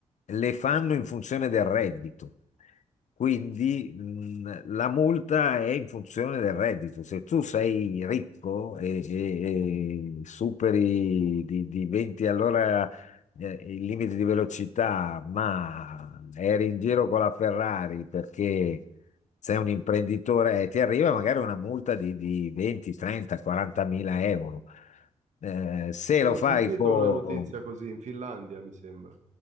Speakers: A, on the left; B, on the right.
A: le fanno in funzione del reddito. Quindi mh, la multa è in funzione del reddito. Se tu sei ricco e, e- e superi di, di 20 all'ora eh, il limite di velocità, ma eri in giro con la Ferrari perché sei un imprenditore e ti arriva magari una multa di, di 20, 30, 40 mila euro. Eh, se
B: io
A: lo fai
B: ho sentito
A: con
B: una notizia così in Finlandia, mi sembra.